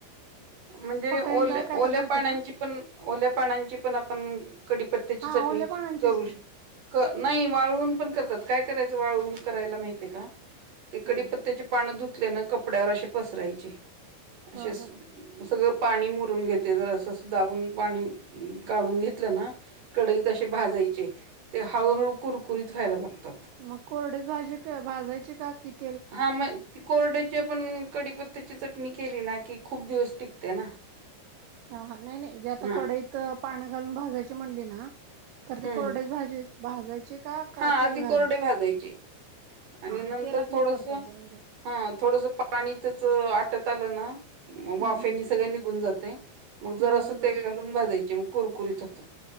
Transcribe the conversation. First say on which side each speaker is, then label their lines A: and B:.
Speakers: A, on the right (about 45°); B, on the right (about 70°).
A: म्हणजे
B: फोटाने
A: ओ
B: डाळ काय
A: ओल्या
B: तर घालतात
A: पानांची
B: ना
A: पण ओल्या पानांची पण आपण कढीपत्त्याची चटणी
B: अहो ओल्या पानांचीच
A: करू श
B: की
A: नाही वाळवून पण करतात काय करायचं वाळवून करायला महितीय का? ते
B: हम्म.
A: कडीपत्त्याचे पानं धुतले ना कपड्यावर असे पसरायचे
B: हो
A: असे
B: हो.
A: सगळं पाणी मुरून घेते जर असं दाबून पाणी काढून घेतलं ना कढईत
B: हा
A: असे भाजायचे ते हळूहळू कुरकुरीत व्हायला लागतात.
B: मग कोरडेच भाजे भाजायचे का किती?
A: हा मग ती कोरड्याची पण कडीपत्त्याची चटणी केली ना की खूप दिवस टिकते ना.
B: ह हा नाही नाही जे आता
A: हा
B: कढईत पानं घालून भाजायची म्हणली ना तर ते
A: हम्म
B: कोरडेच भाज भाजायचे का का
A: हा
B: तेल
A: आधी
B: घालायचं?
A: कोरडे भाजायचे. आणि
B: हा
A: नंतर
B: तेलात नाही
A: थोडस
B: परतायचे म्हणजे
A: हा थोडस पाणी त्याच आटत आलं ना
B: हम्म
A: वाफेनी
B: हम्म.
A: सगळ निघून जाते मग जरास
B: बर बर
A: तेल घालून भाजायचे मग कुरकुरीत होत.